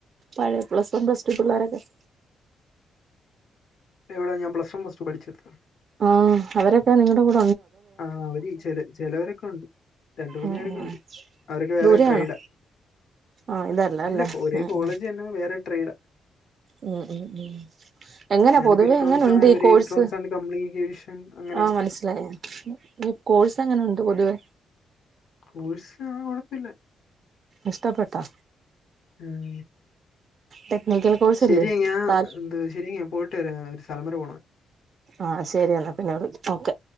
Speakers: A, on the right; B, on the left.
A: പഴയ പ്ലസ് വൺ പ്ലസ് ടു പിള്ളേരൊക്കെ-
B: എവിടെ ഞാൻ പ്ലസ് വൺ പ്ലസ്ടു പഠിച്ചെടുത്ത
A: ആഹ് അവരൊക്കെ നിങ്ങടെ കൂട
B: ആഹ് അവധി ചില ചിലവരൊക്കെ ഉണ്ട് രണ്ട്മൂന്ന്
A: ഉം
B: പേരൊക്കെണ്ട്
A: ഉം
B: അവരോക്കെ വേറെ
A: ദൂരെയാണോ
B: ട്രൈഡാ
A: ആഹ് ഇതല്ല
B: ഇല്ല
A: അല്ലേ
B: ഒരേ
A: ഉം
B: കോളേജ്
A: ഉം
B: തന്നെ വേറെ ട്രൈഡാ
A: ഉം ഉം ഉം എങ്ങനാ
B: ഞാനിപ്പോ
A: പൊതുവെ
B: ഇലക്ട്രോണിക്സ്
A: എങ്ങനുണ്ട്
B: ആണ്
A: ഈ
B: അവര്
A: കോഴ്സ്
B: ഇലക്ട്രോണിക്സ് ആണ് കമ്മ്യൂണിക്കേഷൻ അങ്ങനെയൊക്കെ
A: ആഹ് മനസിലായ ഈ കോഴ്സ് എങ്ങനുണ്ട് പൊതുവേ
B: കോഴ്സ് കുഴപ്പമില്ല
A: ഇഷ്ടപ്പെട്ടാ
B: ഉം.
A: ടെക്നിക്കൽ കോഴ്സല്ലേ
B: ശരി ഞാൻ
A: താൽ
B: എന്ത് ശരി ഞാ പോയിട്ട് വരാം ഒരു സ്ഥല വരെ പോണം
A: ആഹ്ശരി എന്നാ പിന്നെ വിളി ഓക്കെ